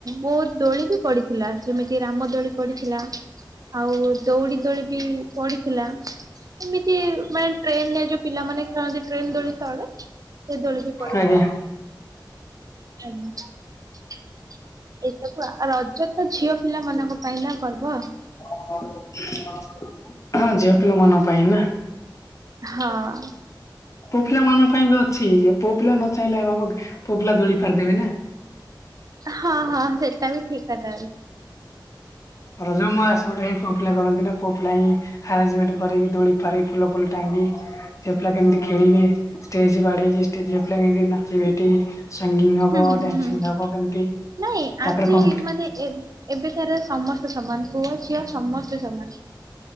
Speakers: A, on the right; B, on the left.
A: ବହୁତ ଦୋଳି ବି ପଡିଥିଲା, ଯେମିତି ରାମ ଦୋଳି ପଡିଥିଲା। ଆଉ, ଦଉଡି ଦୌଳି ବି ପଡିଥିଲା। କି ମାନେ, ଟ୍ରେନ ରେ ଯୋଉ ପିଲାମାନେ ଖେଳନ୍ତି। ଟ୍ରେନ ଦୋଳି ତଳେ, ସେ ଦୋଳି ବି ପଡିଥିଲା।
B: ଆଜ୍ଞା।
A: ଆଜ <unintelligible> ଏସବୁ, ଆ ରଜ ତ ଝିଅ ପିଲା ମାନଙ୍କ ପାଇଁ, ନା ପର୍ବ।
B: <unintelligible> ହଁ, ଝିଅ ପିଲା ମାନ ପାଇଁ ନା?
A: ହଁ-ଅ
B: ପୁଅ ପିଲା ମାନଙ୍କ ପାଇଁ ବି ଅଛି, ପୁଅ ପିଲା ନ ଚାହିଁଲେଆଉହବକି? ପୁଅ ପିଲା ଦୋଳି ପାରିଦେବେ ନା।
A: ହଁ, ହଁ ସେଟା ବି ଠିକ୍ କଥା।
B: ରଜ ମହାତ୍ସବଟା, ହିଁ ପୁଅ ପିଲା କରନ୍ତିନା, ପୁଅ ପିଲା ହିଁ ଆରେଞମେଣ୍ଟ କରିକି ଦୋଳି ପାରି ଫୁଲ ଫୁଲ ଟାଙ୍ଗି ଝିଅ ପିଲା କେମିତି ଖେଳିବେ। ଷ୍ଟେଜ୍ ବାଡ଼େଇକି ଷ୍ଟେଜରେ ଝିଅପିଲା କେମିତି ନାଚି ବେଟି ସଙ୍ଗିନ ହବ,
A: ହୁଁ ହୁଁ ହୁଁ
B: ଡାନ୍ସିଂ
A: ହୁଁ
B: ହବ କେମତି,
A: ନାଇଁ ଆଜି
B: ତାପରେ କ
A: ମାନେ, ଏ ଏବେକାର ସମସ୍ତେ ସମାନ। ପୁଅ ଝିଅ ସମସ୍ତେ ସମାନ।